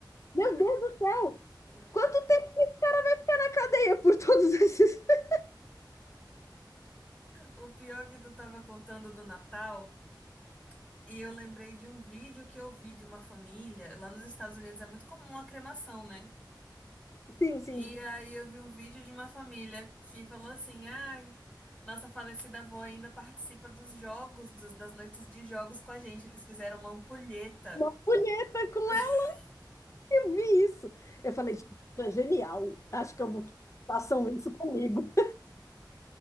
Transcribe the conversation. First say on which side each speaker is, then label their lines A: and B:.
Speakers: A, on the left; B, on the left.
A: Meu Deus do céu! Quanto tempo ele ficará na cadeia por todos esses? <laughs>
B: O pior que tu tava contando do Natal, e eu lembrei de um vídeo que eu vi de uma família. Lá nos Estados Unidos é muito comum a cremação, né?
A: Sim, sim.
B: E aí eu vi um vídeo de uma família que falou assim: ai, nossa falecida avó ainda participa dos jogos, dos- das noites de jogos com a gente. Eles fizeram uma ampulheta.
A: Uma punheta com ela,
B: <laughs>
A: eu vi isso. Eu falei, gente, isso é genial. Acho que eu vou façam isso comigo.